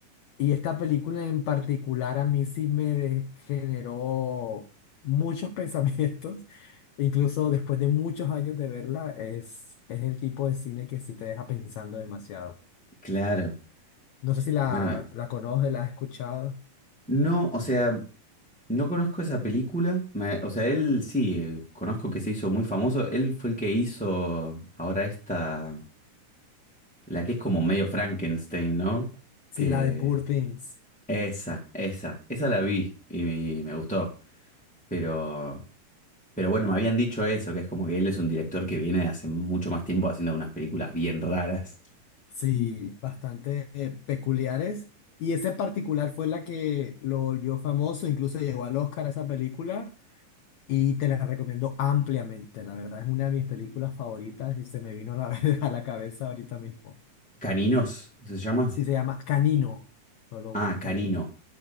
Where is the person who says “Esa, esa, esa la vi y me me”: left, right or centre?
Centre